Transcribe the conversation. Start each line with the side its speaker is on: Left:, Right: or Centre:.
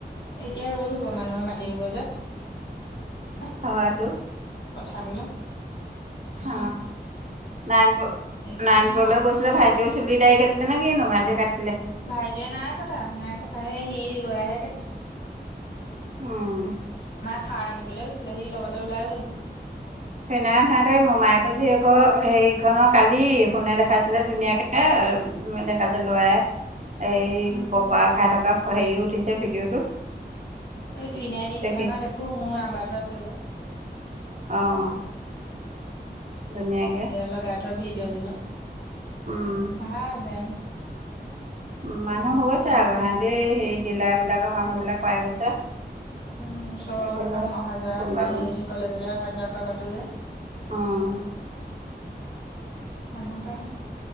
Left: এতিয়া ৰ'দ হব মানুহৰ মাটিৰ ৰুব যে <unintelligible>
Right: হয়তো
Left: পথাবলে।
Right: অ', নাইন
Left: একেবাৰে
Right: নাইনপুৰলে গৈচিলে ভাই চুলি দাই কাটিলেনে কিনো ভাইটিয়ে ক
Left: ভাইটিয়ে নাই কটা-নাই কটা সি লৱাইহে কাটিছে।
Right: উম
Left: খাৰ আনিবলৈ গৈছিলে সি লগতে ওলাই গ'ল।
Right: সেইনাখন সিহতে মোমায়েকৰ জীয়েকৰ হেৰিখনৰ কালি শুনে দেখাইছিলে ধুনীয়াকে দেখা যে লআই এই
Left: উম
Right: পকোৱা খাই থকা হেৰিও উঠিছে ভিডিঅ'টোত।
Left: এই তুইনাই দি থাকে
Right: দেখিছে
Left: নহয় দেখো মোৰ নাম্বাৰটো আছে যে।
Right: অ'। ধুনীয়াকে
Left: সেয়া লগাই থয় ভিডিঅ' বিলাক
Right: উম,
Left: ভাল বেন
Right: উম, মানুহ হৈছে
Left: নহয়।
Right: আকৌ সিহতি সেই ডিলাৰ বিলাকৰ মানুহবিলাক পাই গৈছে।
Left: উম, চহৰৰ
Right: এইফালে
Left: এখন অহা যোৱা
Right: কোনোবা
Left: মানে
Right: কোনোবা
Left: হেৰি কলেজলৈ অহা যোৱা কৰা বাতো যে।
Right: অ'।
Left: মানুহ পাই।